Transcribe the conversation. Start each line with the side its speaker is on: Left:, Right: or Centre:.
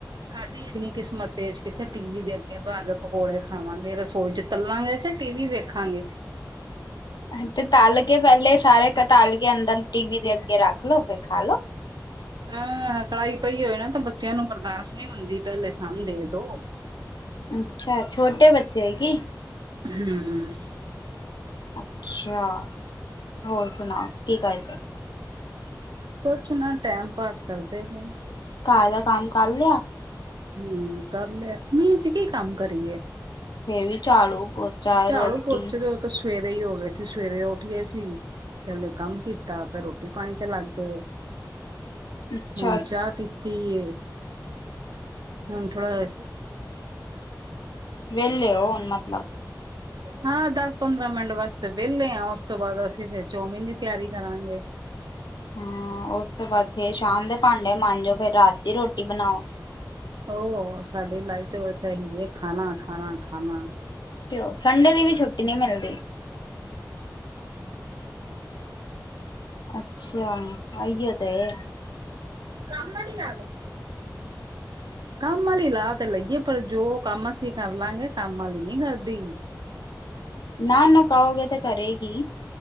Right: ਸਾਡੀ ਇੰਨੀ ਕਿਸਮਤ ਤੇਜ ਕਿੱਥੇ ਟੀ ਵੀ ਦੇ ਅੱਗੇ ਬਾਅ ਕੇ ਪਕੌੜੇ ਖਾਵਾਂਗੇ ਰਸੋਈ ਚ। ਤਲਾਂਗੇ ਕੇ ਟੀ ਵੀ ਵੇਖਾਂਗੇ।
Left: <inaudible> ਤੇ ਤਲ ਕੇ ਪਹਿਲੇ ਸਾਰੇ ਤਾਲ ਕੇ ਅੰਦਰ ਟੀਵੀ ਦੇ ਅੱਗੇ ਰੱਖ ਲੋੋ ਫੇਰ ਖਾ ਲੋ।
Right: ਆ ਕੜਾਈ ਪਈ ਹੋਏ ਨਾ ਤਾਂ ਬੱਚਿਆਂ ਨੂੰ ਬਰਦਾਸ਼ਤ ਨਹੀਂ ਹੁੰਦੀ। ਪਹਿਲੇ ਸਾਂਨ ਦੇ ਦੋ।
Left: ਅੱਛਾ ਛੋਟੇ ਬੱਚੇ ਹੈ ਕੀ?
Right: ਹੂੰ।
Left: ਅੱਛਾ ਹੋਰ ਸੁਣਾਓ ਕੀ ਕਰਦੇ ਹੋ?
Right: ਕੁਛ ਨੀ ਟੈਮ ਪਾਸ ਕਰਦੇ ਹੈ।
Left: ਘਰ ਦਾ ਕੰਮ ਕਰ ਲਿਆ?
Right: ਹੂੰ ਕਰ ਲਿਆ, ਮੀਂਹ ਚ ਕੀ ਕੰਮ ਕਰੀਏ।
Left: ਫੇਰ ਵੀ ਝਾੜੂ, ਪੋਚਾ,
Right: ਝਾੜੂ
Left: ਰੋਟੀ
Right: ਪੋਚੇ ਤੇ ਸਵੇਰੇ ਹੀ ਹੋ ਗਏ ਸੀ। ਸਵੇਰੇ ਉੱਠ ਗਏ ਸੀ। ਪਿਹਲੇ ਕੰਮ ਕੀਤਾ ਫੇਰ ਰੋਟੀ ਪਾਣੀ ਤੇ ਲੱਗ- ਗੇ।
Left: ਅੱਛਾ,
Right: ਹੁਣ ਚਾਹ ਪੀਤੀ ਏ ਹੁਣ ਥੋੜਾ
Left: ਵੇਲੇ ਓ ਹੁਣ ਮਤਲਬ?
Right: ਹਾਂ ਦਸ ਪੰਦਰਾਂ ਮਿੰਟ ਵਾਸਤੇ ਵੇਲੇ ਹਾਂ ਉਸ ਤੋਂ ਬਾਅਦ ਅਸੀਂ ਫਿਰ ਚੌਮਿਨ ਦੀ ਤਿਆਰੀ ਕਰਾਂਗੇ।
Left: ਹਾਂ ਉਸ ਤੋਂ ਬਾਅਦ ਫੇਰ ਸ਼ਾਮ ਦੇ ਭਾਂਡੇ ਮਾਂਜੋ ਫੇਰ ਰਾਤ ਦੀ ਰੋਟੀ ਕੇ ਬਨਾ
Right: ਹੋਰ ਸਾਡੀ ਲਾਈਫ ਤੇ ਬਸ ਏਹੀ ਐ ਖਾਣਾ- ਖਾਣਾ -ਖਾਣਾ।
Left: ਤੇ ਓ ਸੰਡੇ ਦੀ ਵੀ ਛੁੱਟੀ ਨਈ ਮਿਲਦੀ। ਅੱਛਾ, ਅਈਓ ਤੇ
Right: ਕੰਮ ਆਲੀ ਲਾ ਲੋ ਕੰਮ ਵਾਲੀ ਲਾ ਤੇ ਲਈਏ ਪਰ ਜੋ ਕੰਮ ਅਸੀਂ ਕਰਲਾਂਗੇ ਕੰਮ ਵਾਲੀ ਨਈ ਕਰਦੀ।
Left: ਨਾ ਨਾ ਕਓਗੇ ਤਾਂ ਕਰੇਗੀ।